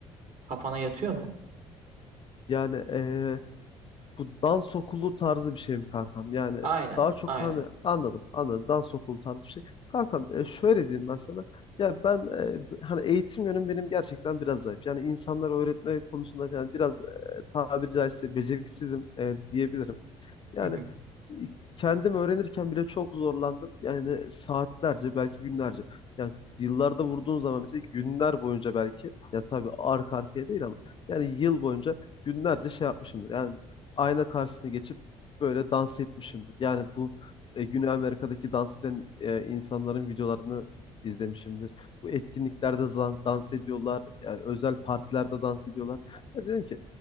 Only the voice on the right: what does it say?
Kafana yatıyor mu?
Aynen,
aynen.
Hı hı.